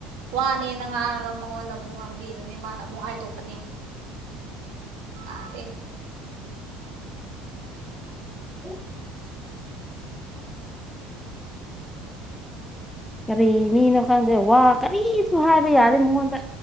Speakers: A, on the right; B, in the centre.
A: ꯋꯥꯅꯦꯅ ꯉꯥꯡꯉꯒ ꯃꯉꯣꯟꯗ ꯑꯃꯨꯛ ꯉꯥꯡꯕꯤꯗꯅꯦ ꯃꯥꯅ ꯑꯃꯨꯛ ꯍꯥꯏꯗꯣꯛꯄꯅꯦ ꯑꯗ
B: ꯎ <unintelligible> ꯀꯔꯤ ꯃꯤꯅꯣ ꯈꯪꯗꯦ ꯋꯥ ꯀꯔꯤꯁꯨ ꯍꯥꯏꯕ ꯌꯥꯗꯦ ꯃꯉꯣꯟꯗ